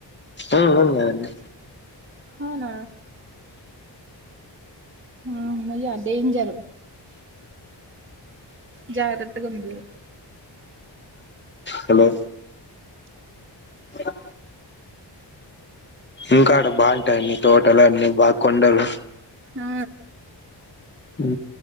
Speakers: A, on the left; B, on the right.
A: ఆ అవును కదండీ
B: అవున మ్ మయ్ అడ్ డేంజరు జరాత్తగుండ్లు
A: హలో యా ఇంకాడ బాగుంటాయి అన్ని తోటలు అన్ని బాగ్ కొండలు
B: ఆ
A: ఉ